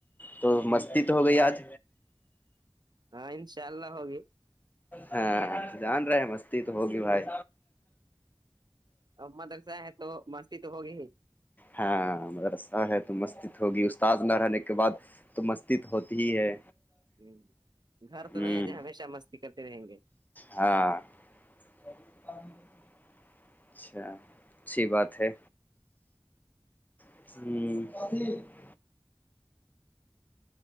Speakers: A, on the left; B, on the right.
A: تو مستی تو ہو گئی آج
B: ہاں انشاء اللہ ہوگی
A: ہاں جان رہے مستی تو ہوگی بھائی
B: ام درسا ہے تو مستی تو ہوگی ہی
A: ہاں مدرسہ ہے تو مسجد ہوگی استاد نہ رہنے کے بعد تو مستید ہوتی ہی ہے
B: ہ گھر تو
A: ہ
B: نہیں جو ہمیشہ مستی کرتے رہیں گے
A: ہاں <unintelligible> اچھا اچچی بات ہے ہوں